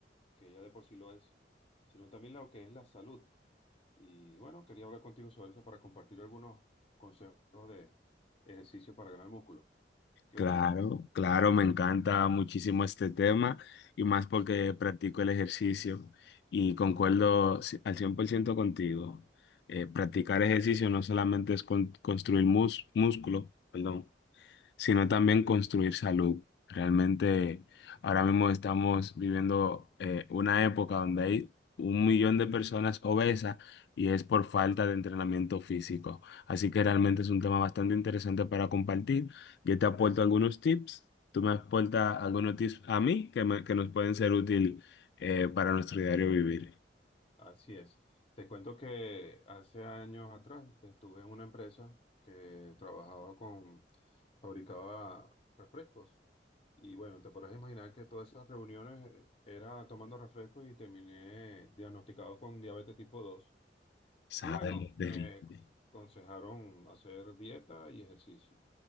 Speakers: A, on the left; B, on the left.
A: Que ya de por sí lo es, sino también lo que es la salud. Y bueno, quería hablar contigo sobre eso para compartir algunos consejos de ejercicio para ganar músculo. ¿Qué
B: Claro,
A: opinas?
B: claro, me encanta muchísimo este tema y más porque practico el ejercicio y concuerdo ci- al 100% contigo. Eh, practicar ejercicio no solamente es con- construir mus- músculo, perdón, sino también construir salud. Realmente ahora mismo estamos viviendo eh, una época donde hay un millón de personas obesas y es por falta de entrenamiento físico. Así que realmente es un tema bastante interesante para compartir. Yo te aporto algunos tips, tú me aportas algunos tips a mí que, me- que nos pueden ser útil eh, para nuestro diario vivir.
A: Así es. Te cuento que hace años atrás estuve en una empresa que trabajaba con, fabricaba refrescos. Y bueno, te podrás imaginar que todas esas reuniones eh, era tomando refrescos y terminé diagnosticado con diabetes tipo dos
B: Sale
A: Y bueno, me
B: de ritmo.
A: aconsejaron hacer dieta y ejercicio.